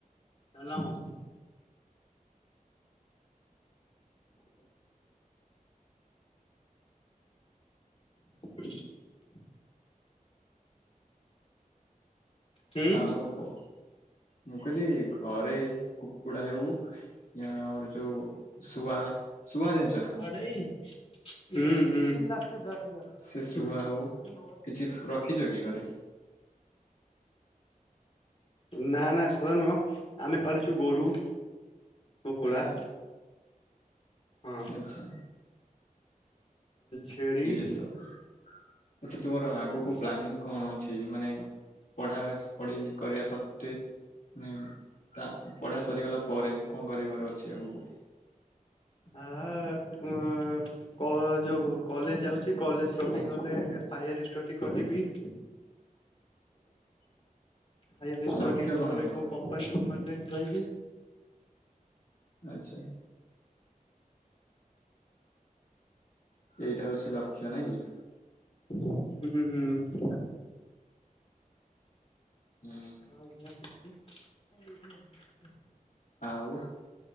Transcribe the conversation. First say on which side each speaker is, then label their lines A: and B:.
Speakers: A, on the left; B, on the left.
A: ଥେଲାମ <inaudible> ହୁଁ
B: ଆଉ କଣ କୁହ ମୁଁ କହିଲି ଘରେ କୁକୁଡା ହେଉ ଆମର ଯୋଉ ଶୁଆ ଶୁଆ ଜାଣିଛ ନା।
A: ଭାଇ ହଁ ହଁ ହଁ ତିନ
B: ସେ
A: ଲାଗଦଶ
B: ଶୁଆ ହଉ
A: ହଜାର
B: କିଛି ରଖିଛ କି ଘରେ
A: ନା ନା ଶୁଆ ନୁହଁ ଆମେ ପାଳିଛୁ ଗୋରୁ। କୁକୁଡା
B: ଆଚ୍ଛା
A: ହଁ ହ
B: ଆଚ୍ଛା
A: ଛେଳି
B: ଏଇ ସବୁ ଆଚ୍ଛା ତୁମର ଆଗକୁ
A: ଉଁ,
B: ପ୍ଲାନିଂ କଣ ଅଛି ମାନେ ପଢା ପଢି କରିବା ସତ୍ତ୍ୱେ ମାନେ ତା ପଢା ସରିଗଲା ପରେ କଣ କରିବାର ଅଛି ଆଗକୁ
A: ହ ହ କ ଯୋଉ କଲେଜ ଯାଉଛି କଲେଜ ସରିଗଲେ ହାୟାର ଷ୍ଟଡି କରିବି।
B: <inaudible>
A: ହାୟର ଷ୍ଟଡି
B: ଲକ୍ଷ୍ୟ କଣ
A: ପରେ
B: ତୁମର
A: କୋଉ କମ୍ପାନୀ ଫମ୍ପାନୀରେ ରହିବି।
B: ଆଚ୍ଛା ଏଇଟା ହଉଛି ଲକ୍ଷ୍ୟ ନା କି
A: ହୁଁ ହୁଁ ହୁଁ
B: ହୁଁ
A: ହି <inaudible> <inaudible>
B: ଆଉ